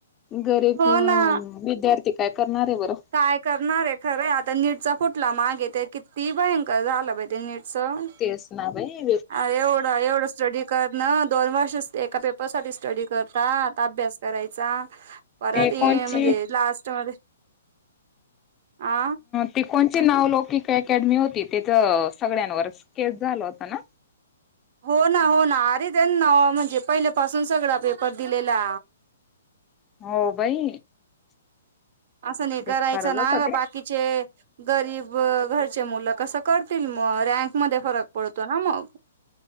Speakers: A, on the left; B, on the right.
A: गरीब
B: हो ना
A: विद्यार्थी. ते काय करणार आहे बरं.
B: काय करणार आहे खरं आता नीटचा फुटला मागे ते किती भयंकर झालं <inaudible> पाहि ते नीटचं.
A: <inaudible> स ना <inaudible> भाई
B: अ एवढं एवढं स्टडी कर न दोन वर्ष एका पेपर साठी स्टडी करत आ अभ्यास करायचा. परत
A: ते कोणची
B: म्हणजे लास्ट मध्ये अ.
A: ती कोणची नावलौकिक अकॅडमी होती त्याच सगळ्यांवर केस झाला होता ना.
B: हो ना, हो ना अरे त्यां ना म्हणजे पहिल्यापासून सगळा पेपर दिलेला.
A: हो <inaudible> भाई.
B: असं नाही
A: बेकारच
B: करायचं
A: होत
B: ना ग
A: ते.
B: बाकी. <inaudible> कि गरीब घरचे मुलं <inaudible> क करतील <inaudible> मगक मध्ये फरक पडतो ना मग.